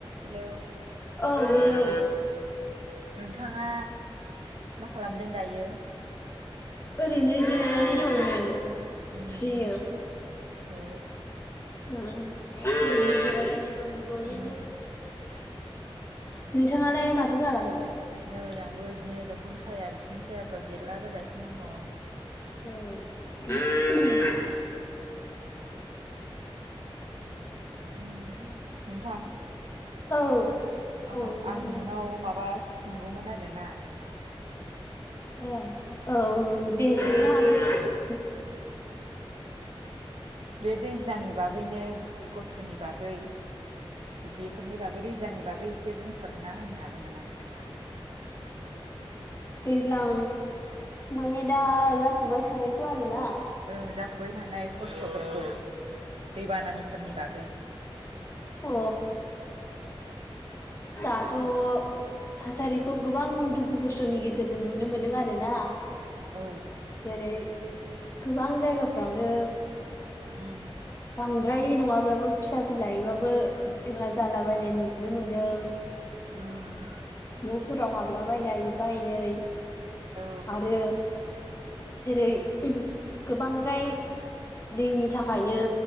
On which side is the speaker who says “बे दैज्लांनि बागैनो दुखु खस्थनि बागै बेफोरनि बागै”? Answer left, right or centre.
Right